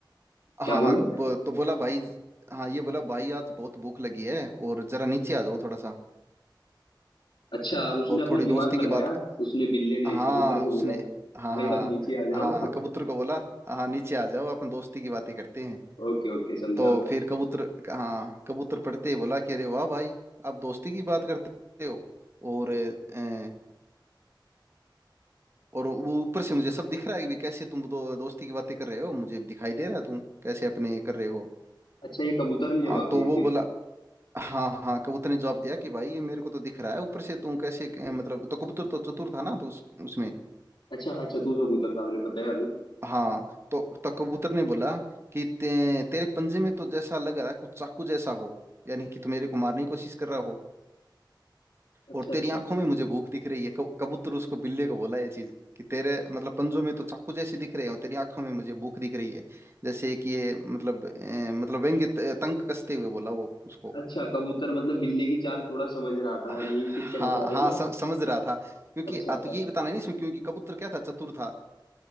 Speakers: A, on the left (about 85°); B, on the right (about 30°).
A: क्या
B: हाँ हाँ
A: बोला
B: कब- तो बोला भाई हाँ ये बोला भाई आज बहुत भूख लगी है और जरा नीचे आ जाओ थोड़ा सा
A: अच्छा उसने
B: और
A: अपना
B: थोड़ी
A: दिमाग
B: दोस्ती की
A: लगाया
B: बात
A: उसने बिल्ले ने
B: हाँ
A: कबूतर
B: उसने
A: को बोला
B: हाँ
A: भाई
B: हाँ
A: आप नीचे आ जाओ
B: हाँ
A: <laughs>
B: कबूतर को बोला हाँ नीचे आ जाओ अपन दोस्ती की बातें करते हैं
A: ओके ओके समझा
B: तो
A: मैं
B: फिर कबूतर हाँ कबूतर पढ़ते ही बोला कि अरे वाह भाई आप दोस्ती की बात करते हो और अ, और वो ऊपर से मुझे सब दिख रहा है कि कैसे तुम दो, दोस्ती की बातें कर रहे हो मुझे दिखाई दे रहा है तुम कैसे अपने कर रहे हो
A: अच्छा ये कबूतर ने जवाब
B: हाँ,
A: दिया
B: तो वो
A: फिर
B: बोला हाँ हाँ कबूतर ने जवाब दिया कि भाई ये मेरे को तो दिख रहा है ऊपर से तुम कैसे अ, मतलब तो कबूतर तो चतुर था ना तो उस उसमें
A: अच्छा हाँ चतुर कबूतर था आपने बताया अभी
B: हाँ तो, तो कबूतर ने बोला कि ते, तेरे पंजे में तो जैसा लग रहा है कुछ चाकू जैसा हो यानी कि तुम मेरे को मारने की कोशिश कर रहा हो
A: अच्छा
B: और
A: अच्छा
B: तेरी आंखों में मुझे भूख दिख रही है कब- कबूतर उसको बिल्ली को बोला ये चीज कि तेरे मतलब पंजों में तो चाकू जैसी दिख रहे हैं और तेरी आंखों में मुझे भूख दिख रही है जैसे कि ये मतलब अ, मतलब व्यंग्य त- तंग कसते हुए बोला वो उसको
A: अच्छा कबूतर मतलब बिल्ली की चाल थोड़ा समझ रहा था
B: हाँ
A: यही कुछ कहना चाह रहे
B: हाँ
A: हो ना
B: सम,
A: आप
B: समझ रहा था क्योंकि
A: अच्छा
B: आ,
A: अच्छा
B: तो यही बताना है नहीं इसमें क्योंकि कबूतर क्या था चतुर था